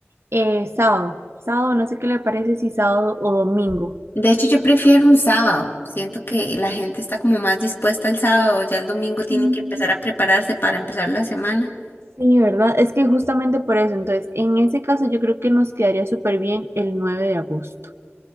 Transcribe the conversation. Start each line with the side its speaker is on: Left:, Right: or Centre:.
Right: eh, sábado. Sábado, no sé qué le parece si sábado o domingo.
Left: De hecho, yo prefiero un sábado. Siento que la gente está como más dispuesta el sábado, ya el domingo tienen
Right: Mm,
Left: que empezar a prepararse para empezar la semana,
Right: Sí, ¿verdad? Es que justamente por eso, entonces, en ese caso yo creo que nos quedaría súper bien el 9 de agosto.